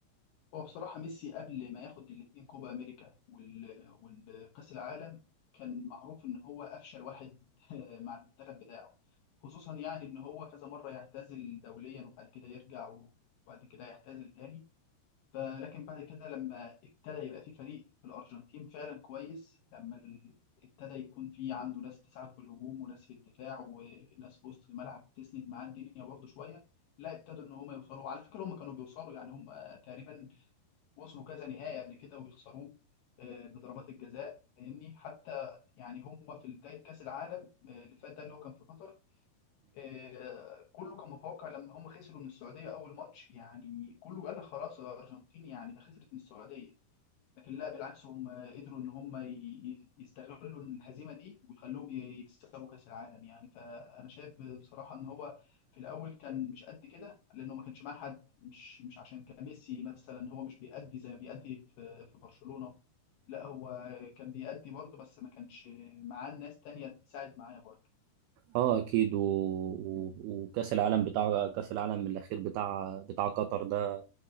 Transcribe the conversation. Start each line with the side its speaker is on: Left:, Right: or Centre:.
Left: هو بصراحة ميسي قبل ما ياخد الاتنين كوبا أمريكا وال... والكأس العالم كان معروف إن هو أفشل واحد <laughs> مع المنتخب بتاعه خصوصا يعني إن هو كذا مرة يعتزل دوليا وبعد كده يرجع وبعد كده يعتزل تاني فلكن بعد كده لما ابتدى يبقى في فريق في الأرجنتين فعلا كويس لما ال- ابتدى يكون في عنده ناس تساعد في الهجوم وناس في الدفاع وناس في وسط الملعب تسند معاه الدنيا برضه شوية لا ابتدوا ان هم يوصلوا على فكره هم كانوا بيوصلوا يعني هم تقريبا وصلوا كذا نهائي قبل كده ويخسروه آه، بضربات الجزاء فاهمني حتى يعني هم في بداية كأس العالم آه، اللي فات ده اللي هو كان في قطر آه، كله كان متوقع لما هم خسروا من السعودية أول ماتش يعني كله قال لك خلاص الأرجنتين يعني ده خسرت من السعودية لكن لا بالعكس هم قدروا ان هم ي- ي- يستغلوا الهزيمه دي ويخلوهم ي- يكسبوا كاس العالم يعني فانا شايف بصراحه ان هو في الاول كان مش قد كده لانه ما كانش معاه حد مش مش عشان كان ميسي مثلا هو مش بيأدي زي ما بيأدي في في برشلونه لا هو كان بيأدي برضه بس ما كانش معاه ناس تانية تساعد معايا برضه
Right: اه اكيد و... و... وكاس العالم بتاع كاس العالم الاخير بتاع بتاع قطر ده